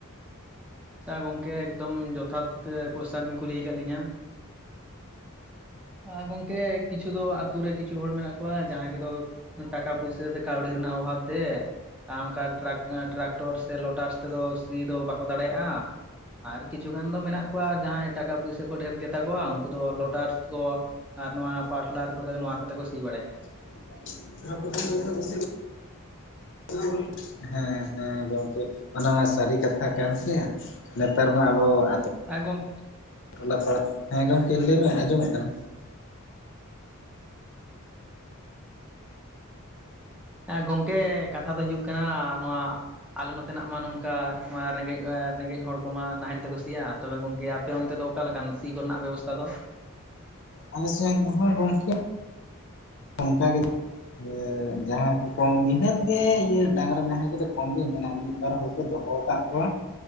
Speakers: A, in the centre; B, on the left.
A: ᱪᱷᱟ ᱜᱚᱝᱠᱮ ᱮᱠᱫᱚᱢ ᱡᱚᱛᱷᱟᱛ-ᱛᱮ ᱠᱚᱥᱪᱟᱱ ᱵᱤᱱ ᱠᱩᱞᱤ ᱠᱟᱜ ᱞᱤᱧᱟᱹ᱾ ᱟ ᱜᱚᱝᱠᱮ ᱠᱤᱪᱷᱩ ᱫᱚ ᱟᱛᱹᱩ ᱨᱮ ᱠᱤᱪᱷᱩ ᱦᱚᱲ ᱢᱮᱱᱟᱜ ᱠᱚᱣᱟ ᱡᱟᱦᱟᱸᱭ ᱠᱚᱫᱚ, ᱴᱟᱠᱟ ᱯᱩᱭᱥᱟᱹ ᱥᱮ ᱠᱟᱹᱣᱰᱤ ᱨᱮᱱᱟᱜ ᱚᱵᱷᱟᱵᱽ ᱛᱮ᱾ ᱟᱸ ᱚᱱᱠᱟ ᱴᱨᱟᱠ ᱴᱨᱟᱠᱴᱚᱨ ᱥᱮ ᱞᱚᱴᱟᱨᱥ ᱛᱮᱫᱚ ᱥᱤ ᱫᱚ ᱵᱟᱠᱚ ᱫᱟᱲᱮᱭᱟᱜᱼᱟ᱾ ᱟᱨ ᱠᱤᱪᱷᱩ ᱜᱟᱱ ᱫᱚ ᱢᱮᱱᱟᱜ ᱠᱚᱣᱟ ᱡᱟᱦᱟᱸᱭ ᱴᱟᱠᱟ ᱯᱩᱭᱥᱟᱹ ᱠᱚ ᱰᱷᱮᱨ ᱜᱮᱛᱟ ᱠᱚᱣᱟ ᱩᱱᱠᱩ ᱫᱚ ᱞᱚᱴᱟᱨᱥ ᱠᱚᱸ, ᱟᱨ ᱱᱚᱣᱟ ᱯᱟᱴᱞᱟᱨ ᱠᱚᱛᱮ ᱱᱚᱣᱟ ᱠᱚᱛᱮ ᱠᱚ ᱥᱤ ᱵᱟᱲᱟᱭ-ᱟ᱾
B: <unintelligible> <unintelligible> ᱦᱮᱸ ᱦᱮᱸ ᱜᱚᱝᱠᱮ ᱚᱱᱟ ᱢᱟ ᱥᱟᱹᱨᱤ ᱠᱟᱛᱷᱟ ᱠᱟᱱ ᱥᱮ ᱱᱮᱛᱟᱨ ᱢᱟ ᱟᱸᱵᱚ ᱟᱛᱳ
A: ᱮ ᱜᱚᱝ
B: ᱴᱚᱞᱟ ᱯᱟᱲᱟ ᱦᱮᱸ ᱜᱚᱝᱠᱮ ᱞᱟᱹᱭ ᱢᱮ ᱟᱸᱡᱚᱢᱚᱜ ᱠᱟᱱᱟ᱾
A: ᱮ ᱜᱚᱝᱠᱮ ᱠᱟᱛᱷᱟ ᱫᱚ ᱦᱩᱭᱩᱹᱜ ᱠᱟᱱᱟ ᱱᱚᱣᱟᱹ, ᱟᱸᱞᱮ ᱱᱚᱛᱮᱱᱟᱜ ᱢᱟ ᱱᱚᱝᱠᱟ ᱨᱮᱸᱜᱮᱡ ᱮᱻ ᱨᱮᱸᱜᱮᱡ ᱦᱚᱲ ᱠᱚᱢᱟ ᱱᱟᱦᱮᱞ ᱛᱮᱠᱚᱸ ᱥᱤᱭᱟ᱾ ᱛᱚᱵᱮ ᱜᱚᱝᱠᱮ ᱟᱸᱯᱮ ᱚᱱᱛᱮ ᱫᱚ ᱚᱠᱟᱹᱞᱮᱠᱱ ᱥᱤ ᱠᱚᱨᱮᱱᱟ-ᱜ ᱵᱮᱵᱚᱥᱛᱷᱟ ᱫᱚ?
B: ᱟᱸᱞᱮ ᱥᱮᱱ ᱦᱚᱸ ᱜᱚᱝᱠᱮ ᱚᱱᱠᱟ ᱜᱮᱼᱼ ᱤᱭᱟᱹ ᱡᱟᱦᱟᱸ ᱠᱚ ᱠᱚᱢ ᱱᱤᱦᱟᱹᱛ ᱜᱮ ᱤᱭᱟᱹ ᱰᱟᱝᱨᱟ ᱱᱟᱦᱮᱞ ᱠᱚᱫᱚᱸ ᱠᱚᱢ ᱜᱮ ᱢᱮᱱᱟᱜᱼᱟ ᱢᱤᱫ ᱵᱟᱨ ᱦᱚᱲᱼᱼᱼ ᱠᱚᱫᱚᱦᱚ ᱟᱠᱟᱫ ᱠᱚᱣᱟ